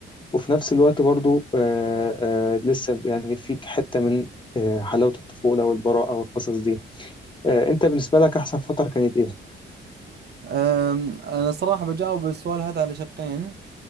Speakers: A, on the left; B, on the right.
A: وفي نفس الوقت برضو آه، آه، لسه يعني فيك حته من آه، حلاوه الطفوله والبراءه والقصص دي آه، انت بالنسبه لك احسن فتره كانت ايه
B: أم، أنا صراحة بجاوب السؤال هذا على شقين